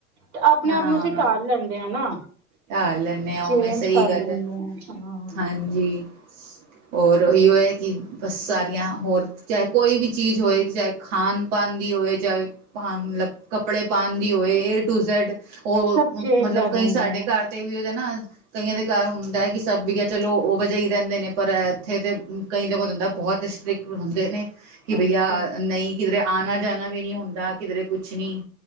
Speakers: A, on the right (about 75°); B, on the right (about 55°).
A: ਤੇ ਆਪਣੇ
B: ਹਾਂ
A: ਆਪ ਨੂੰ ਅਸੀਂ ਢਾਲ ਲੈਂਦੇ ਹਾਂ ਨਾ।
B: ਢਾਲ ਲੈਣੇ ਆ
A: ਚੇਂਜ
B: ਉਵੇੈਂ ਸਹੀ
A: ਕਰ
B: ਗੱਲ
A: ਲੈਂਦੇ
B: ਹੈ
A: ਹਾਂ ਹਾਂ
B: ਹਾਂਜੀ। ਹੋਰ ਉਹੀ ਹੈ ਕਿ ਬਸ ਸਾਰੀਆਂ ਹੋਰ ਚਾਹੇ ਕੋਈ ਵੀ ਚੀਜ਼ ਹੋਵੇ ਚਾਹੇ ਖਾਣ ਪਾਨ ਦੀ। ਦੀ ਹੋਏ ਚਾਹੇ ਮਤਲਬ ਕੱਪੜੇ ਪਾਉਣ ਦੀ ਹੋਵੇ ਏ ਟੂ ਜੈਡ। ਉਹ
A: ਸਭ ਚੇਂਜ
B: ਮਤਲਬ
A: ਆ
B: ਕਈ
A: ਜਾਂਦਾ
B: ਸਾਡੇ
A: ਹੈ
B: ਘਰ ਤੇ ਵੀ ਉਹਦੇ ਨਾ ਕਈਆਂ ਦੇ ਘਰ ਹੁੰਦਾ ਕਿਸ। ਸਭ ਦੀਆਂ ਚਲੋ ਉਹ ਵਜਾ ਹੀ ਰਹਿੰਦੇ ਨੇ ਪਰ ਇੱਥੇ ਤਾਂ ਕਈ ਲੋਕ ਹੁੰਦਾ ਬਹੁਤ। ਸਿੱਖ ਹੁੰਦੇ ਨੇ ਕਿ ਬਈਆ
A: ਅੱਛਾ
B: ਨਹੀਂ ਕਿਧਰੇ ਆਉਣਾ ਜਾਣਾ ਵੀ ਨਹੀਂ ਹੁੰਦਾ ਕਿਧਰੇ ਕੁਛ ਨਹੀਂ।